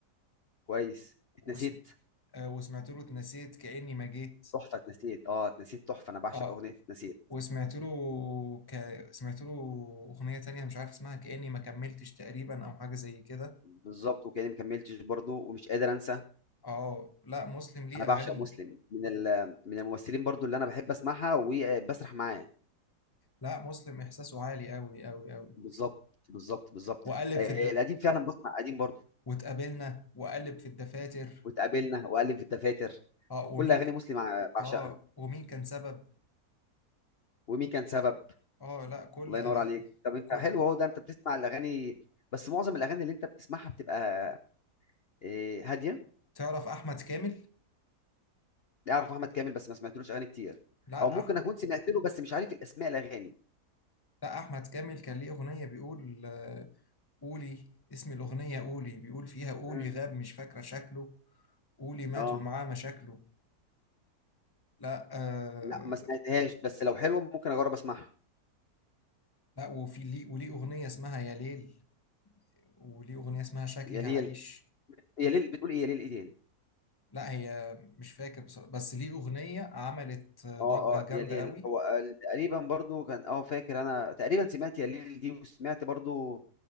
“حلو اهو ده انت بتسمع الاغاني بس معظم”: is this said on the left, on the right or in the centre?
Left